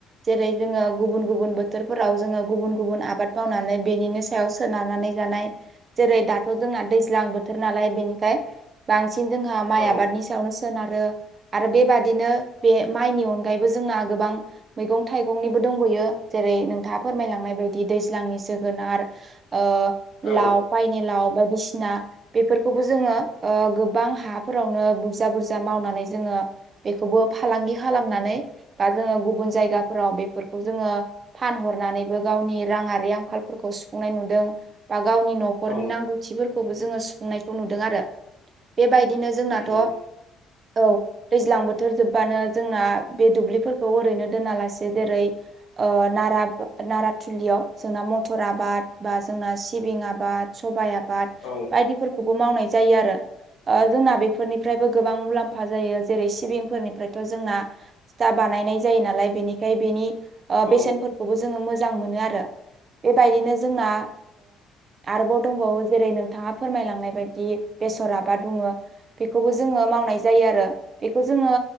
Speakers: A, on the right (about 35°); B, on the left (about 80°).
A: जेरै जोङो गुबुन गुबुन बोथोरफोराव जोङो गुबुन गुबुन आबाद मावनानै बेनिनि सायाव सोनारनानै जानाय जेरै दाथ' जोंना दैज्लां बोथोर नालाय बेनिखाय बांसिन जोंहा माइ
B: औ
A: आबादनि सा <unintelligible> सोनारो आरो बेबादिनो बे माइनि अनगायैबो जोंना गोबां मैगं थाइगंनिबो दंबोयो जेरै नोंथाङा फोरमायलांनाय बाय दि दैज्लांनि जोगोनार ओ
B: औ
A: लाव पायनि लाव बायदिसिना बेफोरखौबो जोङो ओ गोबां हाफोरावनो बुरजा बुरजा मावनानै जोङो बेखौबो फालांगि खालामनानै बा जोङो गुबुन जायगाफोराव बेफोरखौ जोङो फानहरनानैबो गावनि राङारि आंखालफोरखौ सुफुंनाय नुदों बा गावनि न'खरनि
B: औ
A: नांगौ थिफोरखौबो जोङो सुफुंनायखौ नुदों आरो बेबायदिनो जोंनाथ'
B: नंगौ
A: औ दैज्लां बोथोर जोब्बानो जोंना बे दुब्लिफोरखौ ओरैनो दोनालासे जेरै ओ नारा नाराथिलियाव जोंना मथर आबाद बा जोंना सिबिं आबाद सबाइ आबाद
B: औ
A: बायदि फोरखौबो मावनाय जायो आरो ओ जोंना बेफोरनिफ्रायबो गोबां मुलाम्फा जायो जेरै सिबिंफोरनिफ्रायथ' जोंना सिथा बानायनाय जायो नालाय बेनिखाय बेनि आ
B: औ
A: बेसेनफोरखौबो जोङो मोजां मोनो आरो बेबायदिनो जोंना आरोबाव दंबावो जेरै नों बिथाङा फोरमायलांनाय बायदि बेसर आाबा बुङो बेखौबो जोङो मावनाय जायो आरो बेखौ जोङो